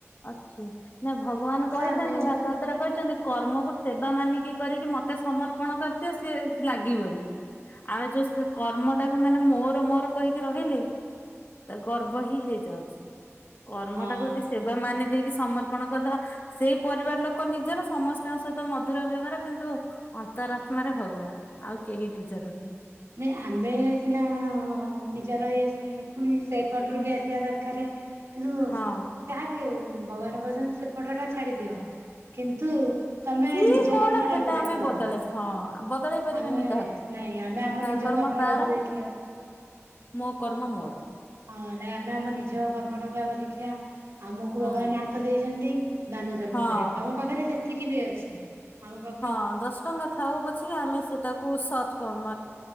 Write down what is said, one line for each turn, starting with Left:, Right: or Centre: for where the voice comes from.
Left: ଅଛି ନା ଭଗବାନ କହିଛନ୍ତି
Right: ଆମେ
Left: ଭାଗବତରେ କହିଛନ୍ତି କର୍ମକୁ ସେବା ମାନିକି କରିକି ମତେ ସମର୍ପଣ କରିଦିଅ ସିଏ ଲାଗିବନି। ଆଉ ଯୋଉ ସେ କର୍ମ ଟାକୁ ମାନେ ମୋର ମୋର କହିକି ରହିଲେ ତା ଗର୍ବ ହିଁ ହେଇଯାଉଛି କର୍ମଟାକୁ
Right: ହଁ
Left: ଯଦି ସେବା ମାନି ଦେଇକି ସମର୍ପଣ କରିଦେବା ସେଇ ପରିବାର ଲୋକ ନିଜର ସମସ୍ତଙ୍କ ସହିତ ମଧୁର ବ୍ୟବହାର କିନ୍ତୁ ଅନ୍ତର ଆତ୍ମାରେ ଭଗବାନ ଆଉ କେହି ନିଜର ନୁହେଁ।
Right: ନାଇଁ ଆମେ ସିନା ନିଜର ଇଏ ସିଏ ପୁଣି ସେଇପଟରୁ
Left: ହୁଁ
Right: ବି ଆସିଆ ଦରକାରେ କିନ୍ତୁ
Left: ହଁ।
Right: ଯାହା ବିି ହଉ ଭଗବାନ କହିଛନ୍ତି ସେ ପଠଟା ଛାଡି ଦିଅ କିନ୍ତୁ ତମେ
Left: କି
Right: ନିଜ
Left: କଣ
Right: କର୍ମ
Left: ସେଟା
Right: ଟାକୁ ଦେଖ।
Left: ଆମେ ବଦଳେ ହଁ ବଦଳେଇ ପାରିବାନି
Right: ଆମେ
Left: କାହାକୁ।
Right: ନାଇଁ ଆ ମ
Left: ତା
Right: ନିଜ କର୍ମ
Left: ତାର
Right: ଟାକୁ ଦେଖିଆକୁ
Left: ମୋ କର୍ମ
Right: ହଁ
Left: ମୋର
Right: ହଁ ନାଇଁ ଆମେ ଆମ ନିଜ କର୍ମଟାକୁ ଆଗ ଦେଖିଆ। ଆମକୁ
Left: ହୁଁ
Right: ଭଗବାନ ହାତ ଦେଇଛନ୍ତି ଦାନ ଧର୍ମ
Left: ହଁ।
Right: କରିଆକୁ ଆମ ପାଖରେ ଯେତିକି ବି ଅଛି ଆମ ପା
Left: ହଁ ଦଶ ଟଙ୍କା ଥାଉ ପଛ କେ ଆମେ ସେଟାକୁ ସତ କର୍ମ